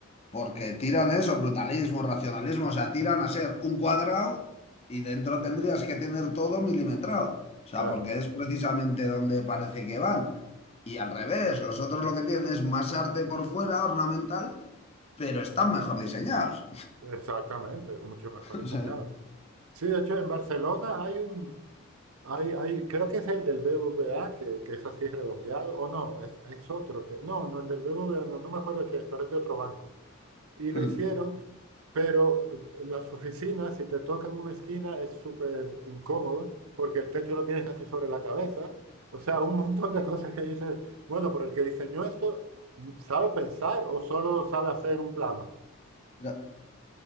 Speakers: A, on the left; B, on the right.
A: Porque tiran eso, brutalismo, racionalismo, o sea, tiran a ser un cuadrado y dentro tendrías que tener todo milimetrado. O sea,
B: claro,
A: porque es precisamente donde parece que van. Y al revés, los otros lo que tienen es más arte por fuera, ornamental, pero están mejor diseñados.
B: exactamente, mucho mejor
A: <laughs>
B: diseñado.
A: O sea,
B: Sí, de hecho, en Barcelona hay un, Hay, hay, creo que es el del BBVA, que, que es así redondeado, o no, es, es otro que, no, no, el del BBVA, no, no me acuerdo qué es, pero es de otro banco. Y lo
A: <laughs>
B: hicieron, pero eh, las oficinas, si te tocan una esquina, es súper incómodo, porque el techo lo tienes casi sobre la cabeza. O sea, un montón de cosas que dices, bueno, pero el que diseñó esto, ¿sabe pensar o solo sabe hacer un plano?
A: Ya,